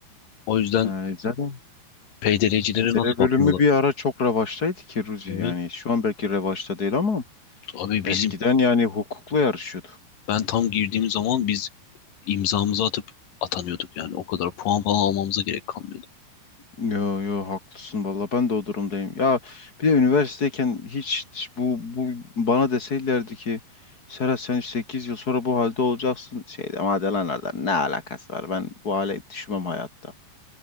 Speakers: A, on the left; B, on the left.
A: O yüzden
B: Ha, zaten
A: PDR'cilere
B: PDR
A: nasıl bakıyorlar?
B: bölümü bir ara çok revaçtaydı ki Ruzi.
A: Evet.
B: Yani şu an belki revaçta değil ama
A: Abi
B: eskiden
A: bizim
B: yani hukukla yarışıyordu.
A: ben tam girdiğim zaman biz imzamızı atıp atanıyorduk yani o kadar puan falan almamıza gerek kalmıyordu.
B: Yo yo haklısın valla ben de o durumdayım. Ya bir de üniversiteyken hiç, hiç bu, bu bana deseydilerdi ki Serhat sen 8 yıl sonra bu halde olacaksın. Şey demem hadi lan oradan ne alakası var ben bu hale düşmem hayatta.